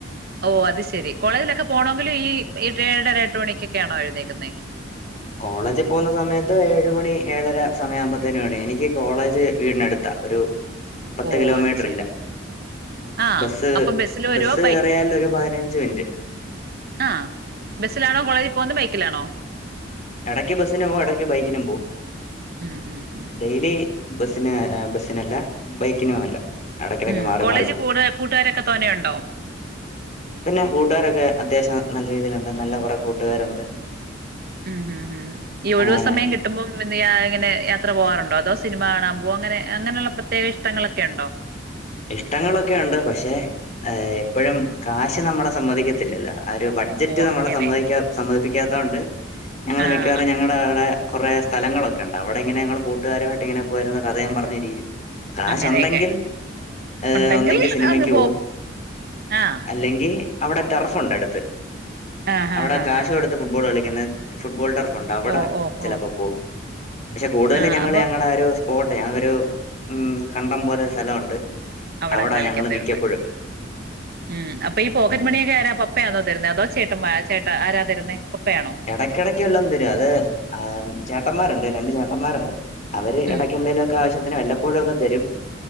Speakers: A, on the right; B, on the left.
A: ഓ അത് ശെരി കോളേജിലൊക്കെ പോണമെങ്കിലും ഈ ഏഴര എട്ട് മണിക്കൊക്കെയാണോ എഴുന്നേക്കുന്നെ?
B: കോളേജ് പോകുന്ന സമയത്ത് ഏഴ മണി ഏഴര സമയയാവുമ്പോത്ത്ന് എണീ എനിക്ക് കോളേജ് വീടിന ടുത്ത- ഒരു പത്ത്
A: ഓ
B: കിലോമീറ്റർ
A: അത് ശെരി
B: ഇല്ല.
A: ആഹ്
B: ബസ്സ്
A: അപ്പം ബസ്സില് വരുവോ
B: ബസ്സ് ഏറിയൽ ഒരു പതിനഞ്ച് മിനിറ്റ്.
A: ആ ബസ്സിലാണോ കോളേജിൽ പോകുന്നത് ബൈക്കിലാണോ?
B: ഇടക്ക് ബസ്സിനും പോ ഇടക്ക് ബൈക്കിനും പോ
A: ഉം ഉം ഉം
B: ഡെയിലി- ബസ്സിനന് ബസ്സിനല്ല ബൈക്കിന അല്ല- എടയ്ക്കെടയ്ക്ക്
A: മ്
B: മാറി
A: കോളേജ്
B: മാറി പോവും
A: കൂട് കൂട്ടുകാരൊക്കെ. തോനെയുണ്ടോ?
B: പിന്നെ കൂട്ടുകാരൊക്കെ അത്യാവശ്യം നല്ല രീതിയിലുണ്ട്. നല്ല കുറെ കൂട്ടുകാരുണ്ട്.
A: ഉം ഹം ഉം ഈ ഒഴിവു
B: അങ്ങനെ
A: സമയം കിട്ടുമ്പോം പി ഇങ്ങനെ- യാത്ര പോകാറുണ്ടോ? അതോ സിനിമ കാണാൻ പോക. അങ്ങനെ അങ്ങനെയുള്ള പ്രത്യേക ഇഷ്ടങ്ങളൊക്കെ ഉണ്ടോ?
B: ഇഷ്ടങ്ങളൊക്കെ ഉണ്ട് പക്ഷെ എപ്പോഴും കാശ് നമ്മളെ സമ്മതിക്കത്തില്ലല്ലോ? ആ ഒരു ബഡ്ജറ്റ്
A: ഓ
B: നമ്മളെ
A: അങ്ങനെ
B: സമ്മ സമ്മതിപ്പിക്കാത്ത കൊണ്ട് ഞങ്ങള്ൾ
A: ആഹ്
B: മിക്കവാറും ഞങ്ങളുടെ അവിടെ- കുറെേ സ്ഥലങ്ങളൊക്കെ ഉണ്ട് അവിടെങ്ങനെഞങ്ങങ്ങള് കൂട്ടുകാരുമായിട്ട് ഇങ്ങനെ പോയിരുന്ന കഥ യും പറഞ്ഞിരിക്കും. കാശ്ണ്ടെങ്കിൽ
A: അങ്ങനെയൊക്കെ
B: ഏ
A: ഉണ്ടെങ്കിൽ
B: ഒന്നെങ്കിൽ സിനിമക്ക്
A: അങ്ങ്
B: പോവും
A: ആഹ്
B: അല്ലെങ്കിൽ- അവിടെ ടെർഫുണ്ട് അടുത്ത്
A: ആഹ് ഹാ
B: അവിടെ
A: ഹാ
B: കാശ
A: ഹാ ഹാ
B: കൊടുത്ത് ഫുട്ബോൾ കളിക്കുന്ന- ഫുട്ബോൾ ടർഫുണ്ട് അവിടെ
A: ഓ ഓ
B: ചിലപ്പോ
A: ഓ
B: പോകും പക്ഷെ കൂടുതലും
A: ആഹ്
B: ഞങ്ങള്ൾ
A: അപ്പൊ
B: ഞങ്ങളുടെ ആ ഒരു സ്പോട്ട് ഞ ഒരു ഉ കണ്ടം പോലെ സ്ഥലമുണ്ട്.
A: അവിട
B: അവിടാ
A: കളിക്കത്തേ
B: ഞങ്ങള് മിക്കപ്പോഴും
A: ഉള്ളു. മ് അപ്പൊ ഈ പോക്കറ്റ്
B: ഉം
A: മണിയൊക്കെ ആരാ പപ്പയാണോ തരുന്നേ അതോ ചേട്ട ചേ ആരാ തരുന്നേ? പപ്പയാണോ
B: ഇടക്കിടക്ക് എല്ലന്ന് തരും അത് ആ ചേട്ടന്മാരുണ്ട് രണ്ട് ചേട്ടന്മാരുണ്ട്. അവര്
A: ഉം
B: ഇടയ്ക്ക എന്തേലുമൊക്കെ ആവശ്യത്തിന് വല്ലപ്പോഴുമൊക്കെ തരും